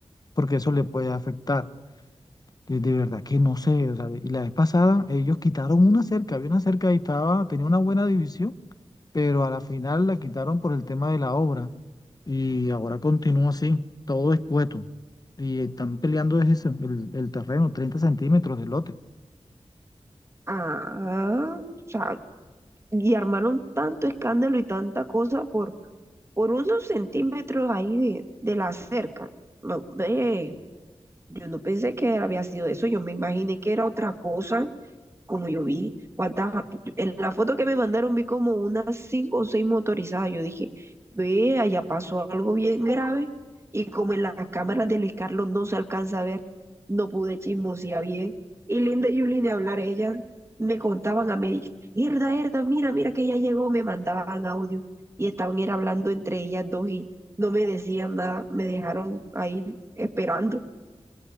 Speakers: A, on the left; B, on the right.
A: porque eso le puede afectar. De, de verdad que no sé, o sea, y la vez pasada ellos quitaron una cerca, había una cerca y estaba, tenía una buena división, pero a la final la quitaron por el tema de la obra y ahora continúa así, todo escueto y están peleando es eso, el, el terreno, 30 centímetros de lote.
B: Ah, o sea, y armaron tanto escándalo y tanta cosa por por unos centímetros ahí de, de la cerca. No, ve, yo no pensé que había sido eso, yo me imaginé que era otra cosa como yo vi, cuántas, en la foto que me mandaron vi como unas cinco o seis motorizadas. Yo dije, ve, allá pasó algo bien grave. Y como en las cámaras de Luis Carlos no se alcanza a ver, no pude chismosear bien. Y Linda y Yuli de hablar, ellas me contaban a mí, Herda, Herda, mira, mira que ya llegó, me mandaban audio. Y estaban era hablando entre ellas dos y no me decían nada, me dejaron ahí esperando.